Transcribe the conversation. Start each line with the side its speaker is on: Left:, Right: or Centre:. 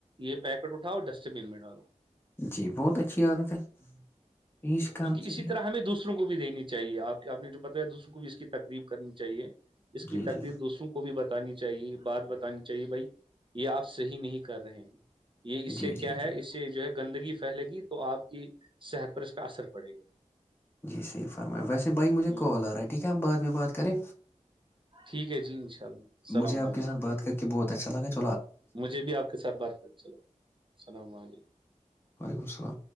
Right: یہ پیکٹ اٹاؤ ڈسٹ بین میں ڈالو
Left: جی بہت اچھی عادت ہے
Right: ہ
Left: یہی سکھانا
Right: کیونکہ اسی
Left: چاہیے
Right: طرح ہمیں دوسروں کو بھی دینی چاہیے آپ آپ نے جو بتا دوسروں کو بھی اس کی تقریب کرنی چاہیے اس کی
Left: جی
Right: تکریف
Left: جی
Right: دوسروں کو بھی بتا بتانی چاہیے بات بتانی چاہیے بھائی یہ آپ صحیح نہیں کر رہے ہیں یہ اس
Left: جی
Right: سے کیا
Left: جی
Right: ہے
Left: جی
Right: اس سے جو ہے گندگی پھیلے گی تو آپ کی صحت پر اس کا اثر پڑے گا
Left: جی صحیح فرما ویسے بھائی مجھے
Right: ہ
Left: کال آ رہا ہے ٹھیک ہے آپ بعد میں بات کریں
Right: ٹھیک ہے جی انشاء اللہ السلام
Left: مجھے آپ
Right: علیکم
Left: کے ساتھ بات کر کے بہت اچا لگت
Right: مجھے بھی آپ کے ساتھ بات کر چلا اللام علیکم
Left: وعلیکم السلام